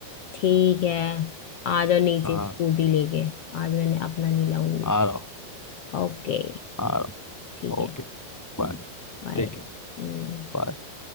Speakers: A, on the left; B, in the centre.
A: ठीक है आ जाओ नीचे
B: हाँ
A: स्कूटी लेके आज मैंने अपना नहीं लाऊंगी
B: आ रहा हूँ
A: ओके
B: आ रहा हूँ
A: ठीक है
B: ओके बाय
A: बाय
B: ठीक है
A: हम्म
B: bye।